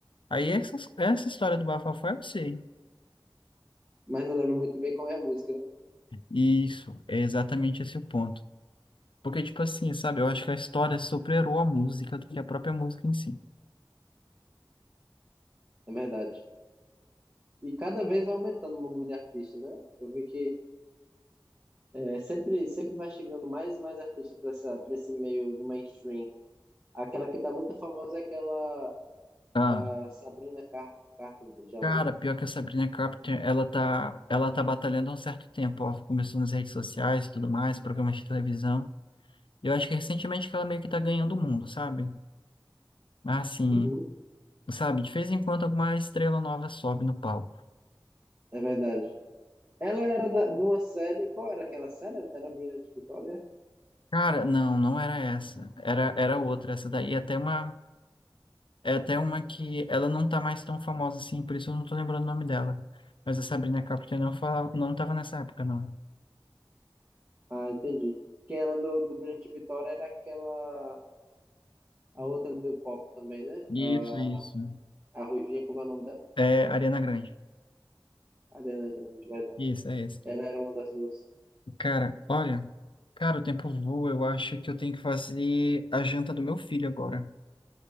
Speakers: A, on the left (about 80°); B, on the right (about 25°).
A: Aí essas, essa história do bafafá eu sei.
B: Mas não lembra muito bem qual é a música, né?
A: Isso, é exatamente esse o ponto. Porque, tipo assim, sabe? Eu acho que a história superou a música do que a própria música em si.
B: Na verdade. E cada vez vai aumentando o número de artistas, né? Eu vi que é, sempre, sempre vai chegando mais e mais artistas para essa, para esse meio do mainstream. Aquela que tá muito famosa é aquela
A: Ah,
B: ah, Sabrina Car Carpenter, já
A: cara,
B: viu?
A: pior que a Sabrina Carpenter, ela tá, ela tá batalhando há um certo tempo. Ela começou nas redes sociais e tudo mais, programas de televisão. E eu acho que recentemente que ela meio que tá ganhando o mundo, sabe? Mas assim,
B: Uhum.
A: sabe? De vez em quando alguma estrela nova sobe no palco.
B: É verdade. Ela era da- de uma série. Qual era aquela série? Era Brilhante Vitória?
A: Cara, não, não era essa. Era, era outra. Essa daí é até uma É até uma que ela não tá mais tão famosa assim, por isso eu não tô lembrando o nome dela. Mas a Sabrina Carpenter não fala, não tava nessa época, não.
B: Ah, entendi. Que era do, do Brilhante Vitória era aquela. A outra do pop também, né?
A: Isso,
B: A,
A: isso.
B: a Ruivinha, como é o nome dela?
A: É Ariana Grande.
B: Ariana Grande, verdade.
A: Isso, é esse.
B: Ela era uma das duas.
A: Cara, olha, cara, o tempo voa, eu acho que eu tenho que fazer a janta do meu filho agora.